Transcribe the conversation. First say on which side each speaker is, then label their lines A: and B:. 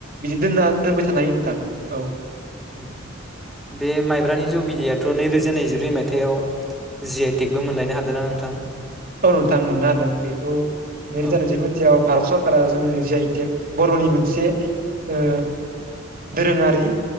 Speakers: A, on the right (about 45°); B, in the centre.
A: बिदि दोनना दोनबाय थानो हायो नोंथां औ
B: उ बे माइब्रानि जौ बिदैयाथ नै रोजा नै जिब्रै मायथाइयाव जि आइ टेग बो मोनलायनो हादों ना नोंथां
A: औ नोंथां मोननो हादों बेखौ नै
B: औ
A: रोजा नै जिब्रै मायथयाव भारत सर फारा जोङो जि आइ टेक बरनि मोनसे ओ दोरोङारि